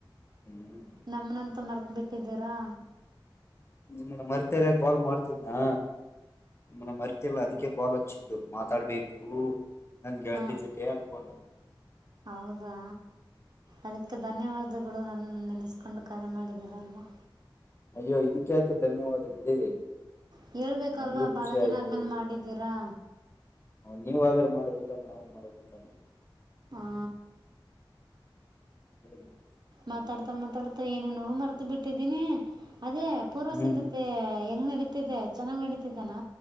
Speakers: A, on the left (about 30°); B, on the right (about 50°).
A: ಹ್ಮ್
B: ನಮ್ಮನ್ನಂತೂ ಮರ್ತು ಬಿಟ್ಟಿದ್ದೀರಾ.
A: ನಿಮ್ಮನ್ನ ಮರ್ತಿರೇ ಕಾಲ್ ಮಾಡ್ತಿದ್ನಾ ನಿಮ್ಮನ್ನ ಮರ್ತಿಲ್ಲ ಅದಕ್ಕೆ ಕಾಲ್ ಹಚ್ಚಿದ್ದು ಮಾತಾಡ್ಬೇಕು. ನಾನ್ ಗೆಳತಿ
B: ಹಾಂ
A: ಜೊತೆ ಅನ್ಕೊಂಡು.
B: ಹೌದಾ ಅದಕ್ಕೆ ಧನ್ಯವಾದಗಳು ನನ್ನ ಅನಿಸ್ಕೊಂಡು ಕರೆ ಮಾಡಿದಾರಲ್ವಾ
A: ಅಯ್ಯೋ ಇದಕ್ಕೆ ಯಾಕೆ ಧನ್ಯವಾದ ಬಿಡಿ
B: ಹೇಳ್ಬೇಕಲ್ವಾ
A: ನನ್ಗೂ ಖುಷಿ
B: ಬಾಳ ದಿನ
A: ಆಯ್ತು
B: ಆದ್ಮೇಲೆ ಮಾಡಿದ್ದೀರಾ
A: ನೀವಾದ್ರೂ ಮಾಡೋದಿಲ್ಲ ನಾವು ಮಾಡಗುತ್ತೇನೆ
B: ಹಾ
A: <inaudible>
B: ಮಾತಾಡ್ತಾ ಮಾತಾಡ್ತಾ ಏನೇ ನೋವು ಮರ್ತ ಬಿಟ್ಟಿದೀನಿ ಅದೇ ಪೂರ್ವಸಿದ್ಧತೆ
A: ಹ್ಮ್
B: ಹೆಂಗ್ ನಡ ನಡತಿದ್ದೆ ಚೆನ್ನಾಗ್ ನಡೀತಿದ್ದಾನ